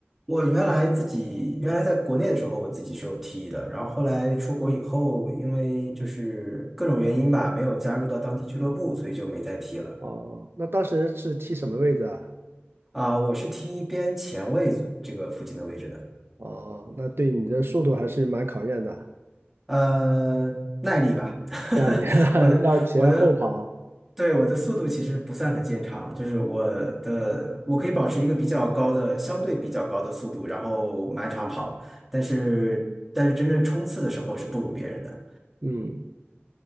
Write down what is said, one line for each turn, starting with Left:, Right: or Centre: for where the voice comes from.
Centre: 我原来自己原来在国内的时候，我自己是有踢的，然后后来出国以后，因为就是各种原因吧，没有加入到当地俱乐部，所以就没再踢了。
Right: 哦，那当时是踢什么位置啊？
Centre: 啊、我是踢边前卫这个附近的位置的，
Right: 哦，那对你的速度还是蛮考验的。
Centre: 呃，耐力吧，<laughs>
Right: 那你 <laughs>
Centre: 我的我的，
Right: 要前后跑，
Centre: 对我的速度其实不算很见长，就是我的我可以保持一个比较高的相对比较高的速度，然后满场跑。但是但是真正冲刺的时候是不如别人的。
Right: 嗯，